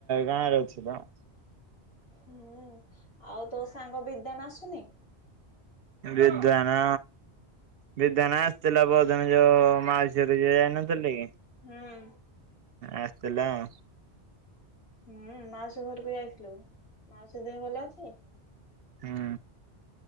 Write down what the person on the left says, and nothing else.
ହୁଁ। ଆଉ ତୋ ସାଙ୍ଗ ବିଦାନ ଆସୁନି।
ହଁ।
ହୁଁ। ମାଉସୀ ଘରକୁ ଯାଇଥିଲୁ। ମାଉସୀ ଦେହ ଭଲ ଅଛି?